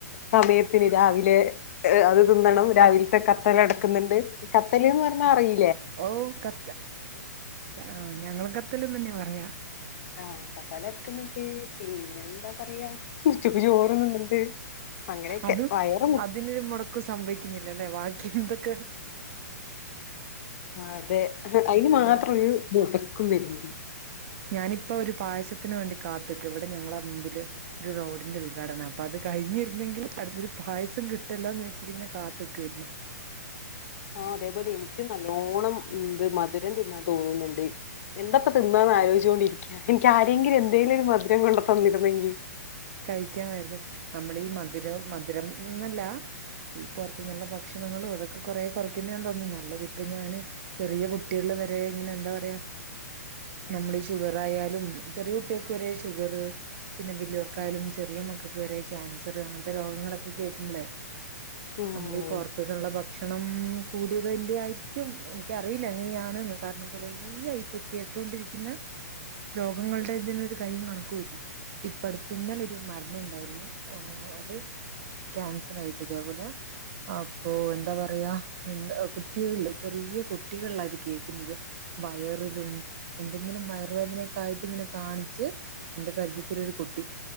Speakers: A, on the left; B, on the right.
A: സമയത്തിന്. രാ രാവിലെ അത് തിന്നണം രാവിലത്തെ കത്തൽടക്കുന്നുണ്ട്. കത്തൽന്ന് പറഞ്ഞാ അറയി
B: ഓ ക ആ ഞങ്ങളും കത്തല്ല് തന്നെ പറയാ.
A: ആ കർത്താലെടുക്കുന്ന്ണ്ട് പിന്നെന്താ പറയാ ഉച്ചക്ക് ചോറ് തിന്നുന്നുണ്ട് അങ്ങനെയൊക്കെ
B: അത്
A: വയറ്
B: അതിനൊര് മുടക്കു സംഭയ്ക്കിന്നില്ലല്ലെ വാ എന്തൊക്ക
A: അതെ അയിന് മാത്രൊരു
B: ഞാ
A: മൊടക്കും വര്ന്നില്ല.
B: ഞാനിപ്പൊരു പായസത്തിന് വേണ്ടി കാത്ത്ക്ക ഇവിടെ ഞങ്ങളമ്പില് ഒരു റോഡിന്റെ ഉദ്ഘാടന അപ്പൊ അത് കഴിഞ്ഞിരുന്നെങ്കിൽ അടുത്തൊരു പായസം കിട്ടില്ല എന്ന് വരിച്ചിട്ടിങ്ങനെ കാത്ത്ക്കായിരുന്നു
A: ആ അതേപോലെ എനിക്ക് നല്ലോണ്ണം ന്ത് മ ധുരം തിന്നാൻ തോന്നുന്നുണ്ട് എന്താപ്പൊ തിന്നാന്ന് ആലോയിച്ചോണ്ടിരിക്ക്യ എനിക്ക് ആരെങ്കിലു എന്തേലൊരു മധുരം കൊണ്ട് തന്നിരുന്നെങ്കിൽ
B: കഴിക്കാമായിരുന്നു നമ്മളീ മധുരം മധുരംന്നല്ല ഈ പൊറത്തുന്നുള്ള ഭക്ഷണങ്ങളും അതൊക്കെ കൊറേ കുറയ്ക്കുന്നാ തോന്നുന്നു നല്ലത് ഇപ്പൊ ഞാന് ചെറിയ കുട്ടികൾടെ വരെ ഇങ്ങനെ എന്താ പറയാ നമ്മുടെ ഈ ഷുഗറായാലും ചെറിയ കുട്ട്യേക്ക് വരെ ഷുഗറ് പിന്നെ വല്യോർ ക്കായാലും ചെറിയ മക്കൾക്ക് വരെ ക്യാൻസറ് അങ്ങനത്തെ രോഗങ്ങളൊക്കെ കേൾക്കുമ്പോളേ
A: ഉം
B: നമ്മളീ പൊറ് ത്ത്ന്നുള്ള ഭക്ഷണം കൂടേതിൻ്റായ്ര്ക്കും ഇനിക്കറിയില്ല എങ്ങനെയാണ്ന്ന് കാരണം കുറേ ആയിപ്പൊ കേട്ടൊണ്ടിരിക്ക്ന്നെ രോഗങ്ങളുടെതിനൊര് കയ്യും കണക്കൂല്ല ഇപ്പടു ത്തിന്നലൊരു മരണൊണ്ടായിരുന്നു അത് ക്യാൻസറായിട്ട് ഇതേപോലെ അപ്പൊ എന്താ പറയാ എ കുട്ടികളില് ചെറി യ കുട്ടികളില ഇത് കേൾക്കുന്നത് വയറിലും എന്തെങ്കിലും വയറുവേദനക്കായിട്ടിങ്ങനെ കാ ണിച്ച് എന്റെ പരിചയത്തിലൊരു കു ട്ടി